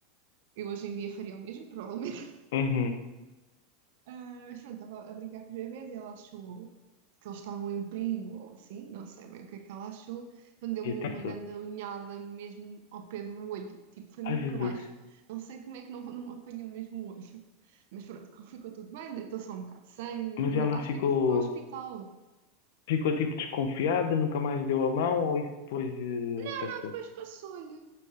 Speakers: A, on the right; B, on the left.
A: Eu hoje em dia faria o mesmo, provavelmente.
B: Uhum.
A: Ah, mas pronto, estava a brincar com os bebés e ela achou que eles estavam em perigo ou assim, não sei bem o que é que ela achou. Então deu-me
B: E atiçou-se.
A: uma grande unhada mesmo ao pé do olho, tipo, foi mesmo
B: Ai, Jesus.
A: por baixo. Não sei como é que não, não me apanhou mesmo o olho. <laughs> Mas pronto, ficou tudo bem, deitou só um bocado de sangue,
B: Mas
A: ainda,
B: ela
A: acho
B: ficou,
A: que ainda fui para o hospital.
B: ficou tipo desconfiada, nunca mais deu a mão ou isso depois eh,
A: Ah,
B: passou?
A: depois passou-lhe.